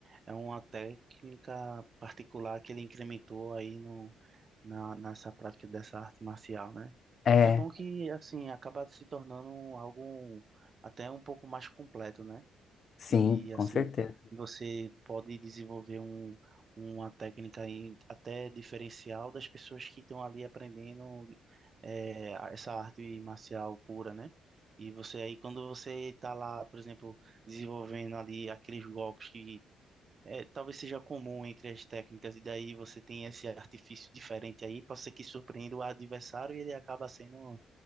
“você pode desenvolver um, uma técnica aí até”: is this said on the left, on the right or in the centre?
Right